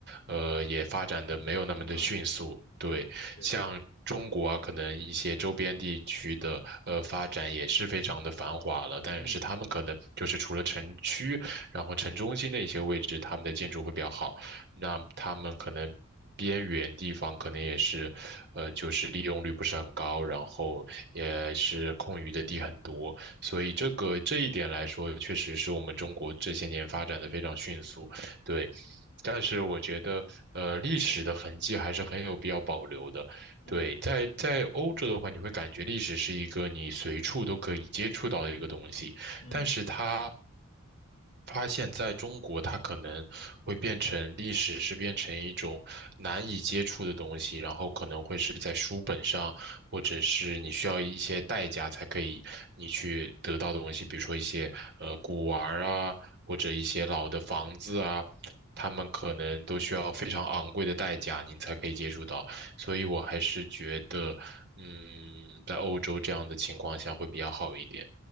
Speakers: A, on the right; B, on the left.
A: 呃，也发展的没有那么的迅速。
B: 发展比较慢，
A: 对，
B: 对对。
A: 像中国啊，可能一些周边地区的呃发展也是非常的繁华了，但是他们可能就是除了城区然后城中心的一些位置，
B: 嗯。
A: 他们的建筑会比较好。那他们可能边缘地方可能也是，呃，就是利用率不是很高，然后也是空余的地很多。所以这个这一点来说，确实是我们中国这些年发展的非常迅速，对。但是我觉得，呃，历史的痕迹还是很有必要保留的。
B: 嗯
A: 对，在在欧洲的话，你会感觉历史是一个你随处都可以接触到的一个东西。
B: 嗯。
A: 但是他发现在中国，它可能会变成历史是变成一种难以接触的东西，然后可能会是在书本上，或者是你需要一些代价才可以你去得到的东西，比如说一些呃古玩儿啊，或者一些老的房子啊。他们可能都需要非常昂贵的代价，你才可以接触到，所以我还是觉得，嗯，在欧洲这样的情况下会比较好一点。